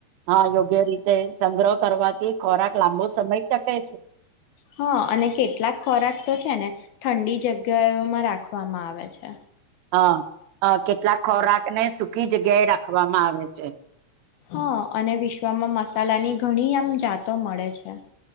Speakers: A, on the right; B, on the left.
A: હા યોગ્ય રીતે સંગ્રહ કરવાથી ખોરાક લાંબો સમય ટકે છે
B: હા અને કેટલાક ખોરાક તો છે ને ઠંડી જગ્યાઓમાં રાખવામાં આવે છે
A: હ કેટલાક ખોરાક ને સુૂકી જગ્યાએ રાખવામાં આવે છે
B: હા અને વિશ્વમાં મસાલાની ઘણી આમ જાતો મળે છે